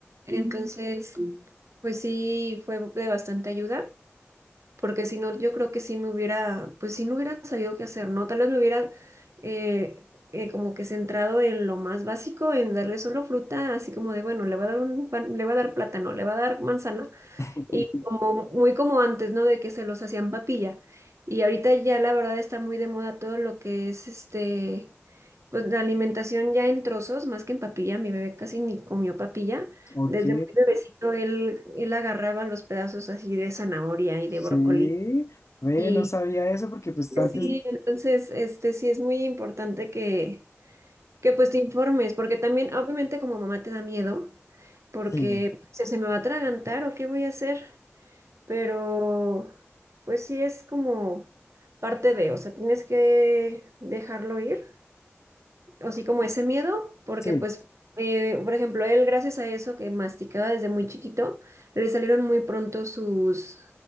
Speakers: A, on the right; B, on the left.
A: Ujú. Entonces, pues sí, fue de bastante ayuda porque si no, yo creo que sí me hubiera, pues sí no hubiera sabido qué hacer, ¿no? Tal vez me hubiera eh, eh, como que centrado en lo más básico, en darle solo fruta, así como de, bueno, le va a dar un pan- le va a dar plátano, le va a dar manzana,
B: <laughs>
A: y como muy como antes, ¿no? De que se los hacían papilla. Y ahorita ya la verdad está muy de moda todo lo que es este, pues la alimentación ya en trozos, más que en papilla, mi bebé casi ni comió papilla.
B: Ok,
A: Desde muy bebecito él, él agarraba los pedazos así de zanahoria y
B: sí.
A: de brócoli
B: Ve,
A: y
B: no sabía eso porque pues antes,
A: sí, entonces, este sí es muy importante que, que pues te informes, porque también obviamente como mamá te da miedo, porque
B: sí,
A: se, se me va a atragantar o qué voy a hacer, pero pues sí es como parte de, o sea, tienes que dejarlo ir, o sí como ese miedo, porque
B: sí,
A: pues, eh, por ejemplo, él gracias a eso que masticaba desde muy chiquito, le salieron muy pronto sus,